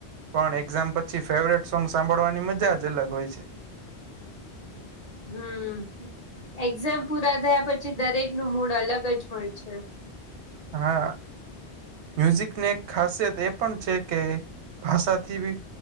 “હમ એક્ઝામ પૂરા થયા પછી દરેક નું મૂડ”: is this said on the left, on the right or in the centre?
Left